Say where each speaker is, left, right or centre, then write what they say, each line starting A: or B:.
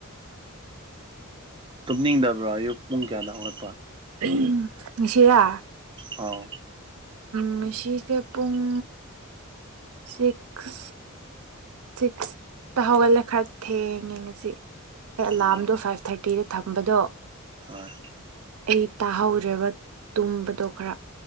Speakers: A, on the right; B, on the right.
A: ꯇꯨꯝꯅꯤꯡꯗꯕ꯭ꯔꯣ ꯑꯌꯨꯛ ꯄꯨꯡ ꯀꯌꯥꯗ ꯍꯧꯒꯠꯄ꯫
B: ꯑꯨꯝ ꯉꯥꯁꯤꯔꯥ
A: ꯑꯥꯎ
B: ꯉꯥꯁꯤꯁꯦ ꯄꯨꯡ ꯁꯤꯛꯁ꯫ ꯁꯤꯛꯁ ꯇ ꯍꯧꯒꯠꯂꯦ ꯈꯔ ꯊꯦꯡ ꯌꯦꯡ ꯉꯁꯤ ꯑꯩ ꯑꯦꯂꯥꯔꯝꯗꯣ
A: ꯑꯥꯎ
B: ꯐꯥꯏꯕ ꯊꯥꯔꯇꯤꯗ ꯊꯝꯕꯗꯣ꯫
A: ꯍꯣꯏ꯫
B: ꯑꯩ ꯇꯥꯍꯧꯔꯦꯕ ꯇꯨꯝꯕꯗꯣ ꯈꯔ